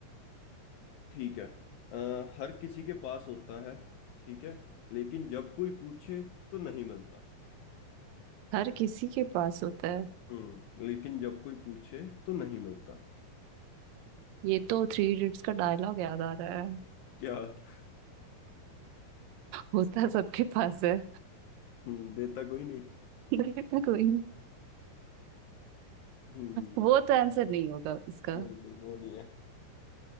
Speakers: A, on the left (about 75°); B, on the right (about 80°).
A: ठीक है अ, हर किसी के पास होता है ठीक है लेकिन जब कोई पूछे तो नहीं मिलता
B: हर किसी के पास होता है
A: हम्म लेकिन जब कोई पूछे तो नहीं मिलता
B: ये तो थ्री इडियट्स का डायलॉग याद आ रहा है
A: क्या <laughs>
B: होता सबके पास है
A: हम्म देता कोई नहीं
B: <laughs> देखना कोई नहीं
A: हम्म
B: वो तो आंसर नहीं होगा इसका
A: नहीं नहीं वो नहीं है